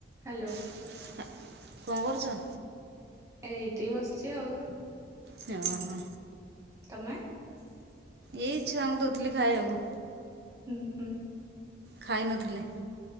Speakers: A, on the right; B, on the right.
A: Hello.
B: ହାଁ -କଣ କରୁଚ?
A: ଏଇଠି ବସିଚି ଆଉ।
B: ହଁ- ହଁ
A: ତମେ?
B: ଏଇ ଛୁଆଙ୍କୁ ଦଉଥିଲି ଖାଇବାକୁ।
A: ହୁଁ -ହୁଁ।
B: ଖାଇ ନଥିଲେ।